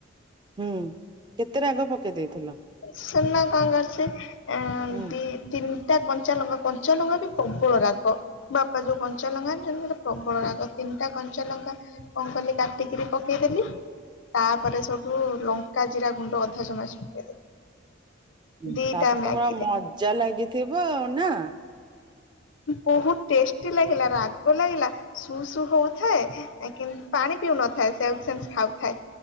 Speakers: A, on the right (about 20°); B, on the left (about 70°).
A: ହୁଁ, କେତେ ରାଗ ପକେଇ ଦେଇଥିଲ?
B: ଶୁନ କଣ କରିଛି? ଏଁ,
A: ହୁଁ
B: ଦି ତିନିଟା କଞ୍ଚା ଲଙ୍କା, କଞ୍ଚା ଲଙ୍କା ବି ପ୍ରବଳ ରାଗ ବାପା ଯୋଉ କଞ୍ଚାଲଙ୍କା ଆଣିଚନ୍ତି ସେଟା ପ୍ରବଳ ରାଗ। ତିନିଟା କଞ୍ଚାଲଙ୍କା କ କଲି କାଟିକିରି ପକେଇଦେଲି। ତାପରେ ସେଉଠୁ ଲଙ୍କା ଜିରା ଗୁଣ୍ଡ ଅଧା ଚାମଚ ପକେଇଦେଲି।
A: ହୁଁ,
B: ଦିଟା
A: ତାପରେ
B: ମ୍ୟାଗିରେ
A: ତୋମର ମଜା ଲାଗିଥିବ ନା?
B: ବହୁତ ଟେଷ୍ଟି ଲାଗିଲା, ରାଗ ଲାଗିଲା, ସୁ ସୁ ହଉଥାଏ। ଏ କି ପାଣି ପିଉ ନ <unintelligible> ସେୟାକୁ ସେମିତି ଖାଉଥାଏ।